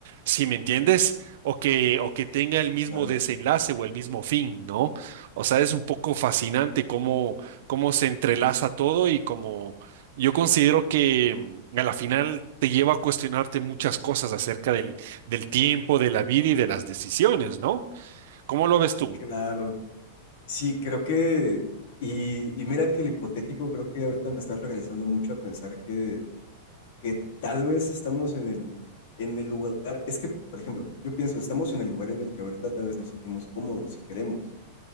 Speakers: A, on the right; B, on the left.
A: si me entiendes, o que, o que tenga el mismo
B: claro,
A: desenlace o el mismo fin, ¿no? O sea, es un poco fascinante cómo, cómo se entrelaza todo y cómo yo considero que mm, a la final te lleva a cuestionarte muchas cosas acerca del, del tiempo, de la vida y de las decisiones, ¿no? ¿Cómo lo ves tú?
B: claro. Sí, creo que, y, y mira que el hipotético, creo que ahorita me está regresando mucho a pensar que que tal vez estamos en el, en el lugar, es que, por ejemplo, yo pienso, estamos en el lugar en el que ahorita tal vez nos sentimos cómodos y queremos.